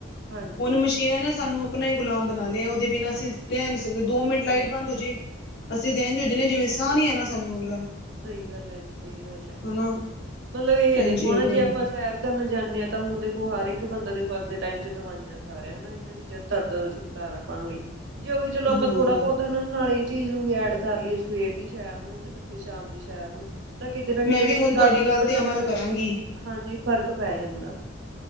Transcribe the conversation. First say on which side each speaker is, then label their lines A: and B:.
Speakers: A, on the right; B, on the left.
A: ਹਾਂਜੀ
B: ਹੁਣ ਮਸ਼ੀਨਾਂ ਨੇ ਸਾਨੂੰ ਆਪਣਾ ਹੀ ਗੁਲਾਮ ਬਣਾ ਲਿਆ, ਉਹਦੇ ਬਿਨਾਂ ਅਸੀਂ ਰਹਿ ਨੀ ਸਕਦੇ ਦੋ ਮਿੰਟ ਲਾਈਟ
A: ਬਿਲਕੁਲ
B: ਬੰਦ ਹੋ ਜੇ। ਅਸੀਂ ਤੇ ਇਝ ਸੋ ਜਾਨੇ ਆ, ਜਿਵੇਂ ਸਾਹ ਨੀ ਆ ਨਾ ਸਾਨੂੰ ਅਗਲਾ।
A: ਸਹੀ ਗੱਲ ਹੈ, ਜੀ ਸਹੀ ਗੱਲ ਹੈ,
B: ਹਨਾ
A: ਮਤਲਬ ਇਹ ਹੈ ਦੇਖੋ
B: ਇੰਝ ਹੀ ਹੋ
A: ਨਾ
B: ਗਿਆ
A: ਜੇ ਆਪਾਂ। ਤੈਰ ਕਰਨ ਜਾਂਦੇ ਆ ਤਾਂ ਹੁਣ ਦੇਖੋ, ਹਰ ਇੱਕ ਬੰਦਾ ਦੇਖੋ ਅੱਜ ਦੇ ਟਾਈਮ ਚ ਦਵਾਈਆਂ ਖਾ ਰਿਹਾ ਹਨਾ ਇਹਨਾ ਚੀਜ਼ ਦਰਦ ਛੁਟਕਾਰਾ ਪਾਣ ਲਈ, ਜੇ ਉਹੀ ਚਲੋ ਆਪਾਂ
B: ਹਾਂ
A: ਥੋੜਾ ਬਹੁਤ ਹਨ, ਨਾਲ ਇਹ ਚੀਜ਼ ਨੂੰ ਵੀ ਐਡ ਕਰ ਲਈਏ ਸਵੇਰ ਦੀ ਸ਼ਹਿਰ ਨੂੰ ਤੇ ਸ਼ਾਮ ਲਈ ਸ਼ਹਿਰ ਨੂੰ-' ਤਾਂ ਕਿਤੇ ਨਾ ਕਿਤੇ
B: ਮੈਂ ਵੀ
A: ਦੇਖੋ,
B: ਹੁਣ ਤੁਹਾਡੀ
A: ਦਸ ਵੀਹ
B: ਗੱਲ
A: ਪ੍ਰਸੈਂਟ
B: ਤੇ ਅਮਲ ਕਰਾਂਗੀ
A: ਹਾਂਜੀ ਫ਼ਰਕ ਪੈ ਹੁੰਦਾ।